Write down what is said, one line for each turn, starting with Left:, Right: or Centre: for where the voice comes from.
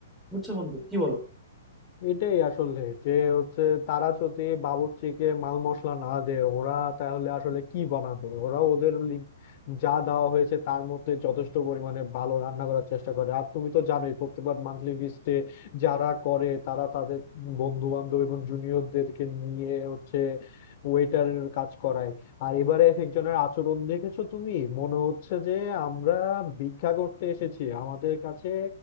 Centre: বুঝছো বন্ধু কি বলো
Left: এটাই আসলে যে হচ্ছে তারা যদি বাবুর্চিকে মাল মশলা না দেয় ওরা তাহলে আসলে কি বানাবে ওরা ওদের লি- যা দেওয়া হয়েছে তার মধ্যে যথেষ্ট পরিমাণে ভালো রান্না করার চেষ্টা করে আর তুমি তো জানোই প্রত্যেকবার মান্থলি ফিস্টে যারা করে তারা তাদের বন্ধু বান্ধব এবং জুনিয়রদেরকে নিয়ে হচ্ছে ওয়েটারের কাজ করায় আর এবারে এক একজনের আচরণ দেখেছো তুমি মনে হচ্ছে যে আমরা ভিক্ষা করতে এসেছি আমাদের কাছে